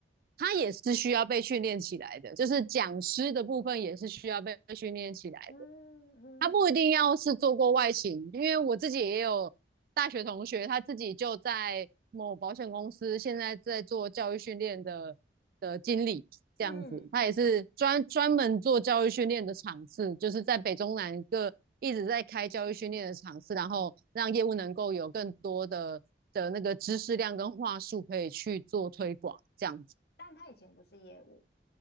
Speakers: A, on the right; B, on the left.
A: 他也是需要被训练起来的，就是讲师的部分也是需要被训练起来的。
B: 嗯嗯
A: 他不一定要是做过外勤，因为我自己也有大学同学，他自己就在某保险公司，现在在做教育训练的的经理这样子，
B: 嗯，
A: 他也是专专门做教育训练的场次，就是在北中南各一直在开教育训练的场次，然后让业务能够有更多的的那个知识量跟话术可以去做推广这样子。
B: 但他以前不是业务